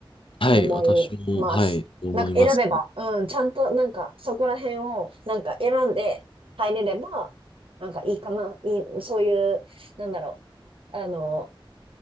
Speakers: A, on the left; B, on the right.
A: はい、
B: 思います。
A: 私も、はい、思いますね
B: なんか選べば、うん、ちゃんとなんかそこら辺をなんか選んで入れれば、なんかいいかな、いい、そういう、なんだろう、あの、